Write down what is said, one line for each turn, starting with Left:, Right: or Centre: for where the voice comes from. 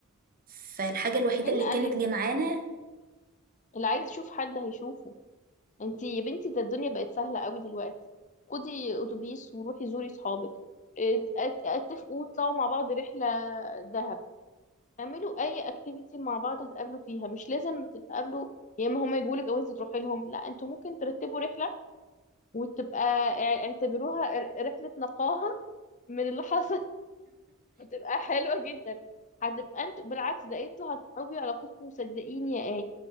Right: فالحاجة الوحيدة
Left: مين
Right: اللي
Left: قالك
Right: كانت جمعانا
Left: اللي عايز يشوف حد هيشوفه انتي يا بنتي ده الدنيا بقت سهلة قوي دلوقتي خدي اتوبيس وروحي زوري صحابك ات- ات- اتفقوا تطلعوا مع بعض رحلة دهب اعملوا اي اكتيفيتي مع بعض هتقابلوا فيها مش لازم تتقابلوا يا اما هما يجولك او انت تروحي لهم لا انتوا ممكن ترتبوا رحلة وتبقى اع- اعتبروها ر- رحلة نقاهة من اللي حصل هتبقى حلوة جدا هتبقى انتوا بالعكس ده انتوا هتقوي علاقتكم وصدقيني يا ايه